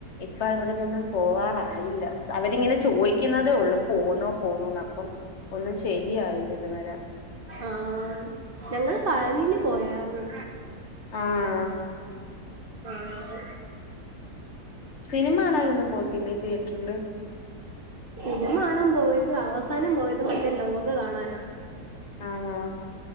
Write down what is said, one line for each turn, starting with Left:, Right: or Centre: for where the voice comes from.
Left: ഇപ്പ ഇവിടന്നൊന്നും പോവാറായില്ല. അവരിങ്ങനെ ചോദിക്കുന്നതേയൊള്ളൂ. പോന്നോ പോന്നോന്നപ്പം ഒന്നും ശരിയായില്ല ഇതുവരെ.
Right: ആഹ് ഞങ്ങള് പഴനീല് പോയാർന്നു.
Left: ആഹ്
Right: ആഹ്.
Left: സിനിമ കാണാനൊന്നും പോകത്തില്ലേ തിയേറ്ററില്?
Right: സിനിമ കാണാപോയത് അവസാനം പോയത് മറ്റേ ലോക കാണാനാ.
Left: ആണോ?